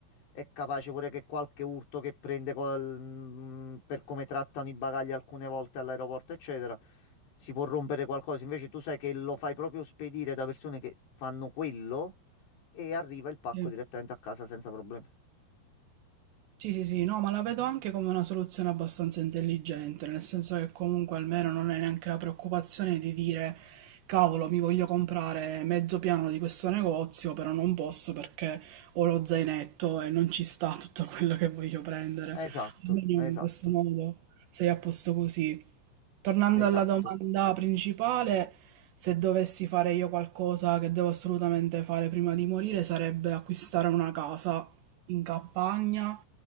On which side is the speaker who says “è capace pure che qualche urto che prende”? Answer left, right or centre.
Left